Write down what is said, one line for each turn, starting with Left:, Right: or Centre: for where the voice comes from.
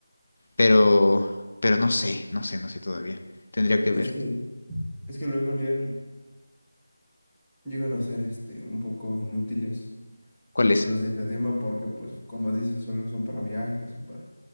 Left: Pero, pero no sé, no sé, no sé todavía. Tendría que
Centre: Es
Left: ver.
Centre: que, es que luego llegan, llegan a ser este un poco inútiles
Left: ¿Cuál es?
Centre: los de este tema porque, pues, como dices, solo son para viajes o para